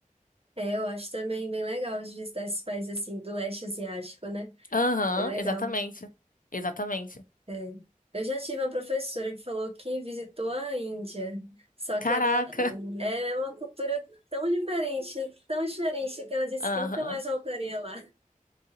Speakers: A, on the right; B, on the left.
A: É, eu acho também bem legal de visitar esses países assim do leste asiático, né?
B: Aham,
A: Bem legal.
B: exatamente. Exatamente.
A: É. Eu já tive uma professora que falou que visitou a Índia, só
B: Caraca.
A: que ela é uma cultura tão diferente, tão diferente, que ela disse
B: <laughs> Aham.
A: que nunca mais voltaria lá.